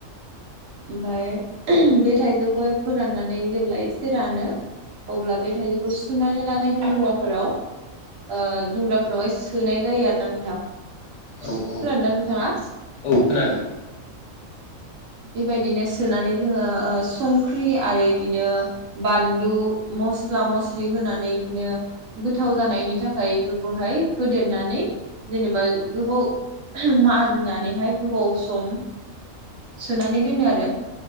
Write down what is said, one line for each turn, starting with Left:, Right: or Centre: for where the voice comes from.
Right: ओमफ्राय बे थाइजौखौहाय फोराननानै जेब्ला एसे रानो अब्ला बे थाइजौखौ सुनानै लानाय दुंग्राफोराव ओ दुंग्राफोरावहाय सोनाय जायो आरो ना नोंथां खोनादोंना
Left: औ औ
Right: नोंथाङा
Left: औ खोनादों
Right: बेबायदिनो सोनानै जोङो संख्रि आरो इदिनो बानलु मस्ला मस्लि होनानै इदिनो गोथाव जानायनि थाखाय बेफोरखौहाय होदेरनानै जेनेबा गोबाव मारिनानैहाय गोबाव सम सोनानै दोनो आरो